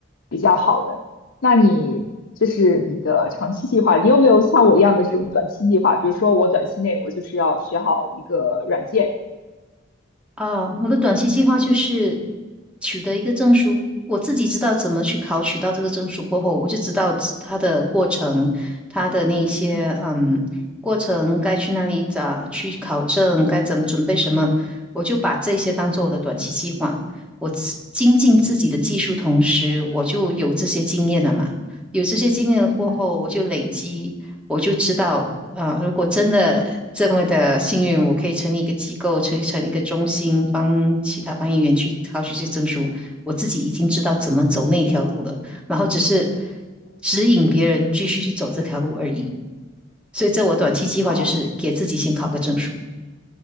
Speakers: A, on the left; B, in the centre.
A: 比较好的。那你这是你的长期计划，你有没有像我一样的这种短期计划？比如说我短期内我就是要学好一个软件，
B: 哦，我的短期计划就是取得一个证书。我自己知道怎么去考取到这个证书过后，我就知道自它的过程，它的那些嗯过程该去哪里找去考证，
A: 嗯
B: 该怎么准备什么，我就把这些当做我的短期计划。
A: 嗯
B: 我自精进自己的技术，同时我就有这些经验了嘛。有这些经验了过后，
A: 嗯
B: 我就累积我就知道，呃，如果真的这么的幸运，我可以成立一个机构，成成立一个中心，帮其他翻译员去考取这些证书。我自己已经知道怎么走那条路了，然后只是
A: 嗯，
B: 指引别人继续去走这条路而已。所以，这我短期计划就是给自己先考个证书。
A: 啊，